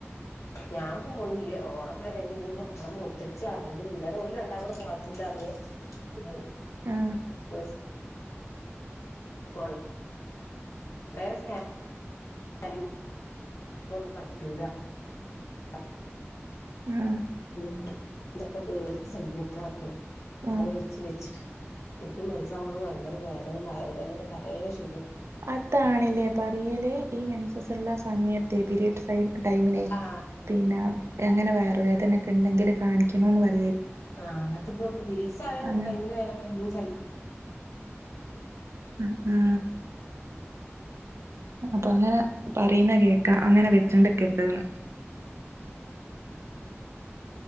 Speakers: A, on the left; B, on the right.
A: ഞാൻ പോവുന്നില്ല. ഓളെ പെരേന്നെന്നെ ഓളെ മൂത്തച്ച്യാരെങ്കിലും, ഇന്നലെ ഓല് രണ്ടാളും കൂടെ പോയപ്പൊ ഓലറഞ്ഞ് - ഉം
B: ആഹ്
A: <inaudible> കൊൺ <unintelligible> റേ സ്കാ- <unintelligible>
B: ഉം.
A: ന്തൊക്ക മിക്ക <unintelligible>
B: ആഹ്
A: അങ്ങനവച് വച്ചു മെൻസസാവുമ്പോ ഭയങ്കര വേദനേം വയറ് വേദനേം പലേ ഷ്,
B: അതാണ്ലെ പറയല്? ഈ മെൻസസ് ഇള്ള സമയത്ത് പിരിയഡ്‌സ് ആയി - ടൈമിനെ
A: ആ
B: പിന്നെ എങ്ങനെ വയർ വേദനൊക്കെണ്ടെങ്കില് കാണിക്കണോന്ന് പറ-
A: ആഹ് അത്പ്പൊ പിരിയഡ്‌സ് ആയ
B: അങ്ങനെ
A: ടൈമില് ചെലപ്പൊ ഇഞ്ഞും ചെല്ല-
B: അഹ് ആ. അപ്പൊ അങ്ങനെ പറയുന്ന കേക്കാ അങ്ങനെ വെച്ചോണ്ട്ക്കര്ത് ന്ന്.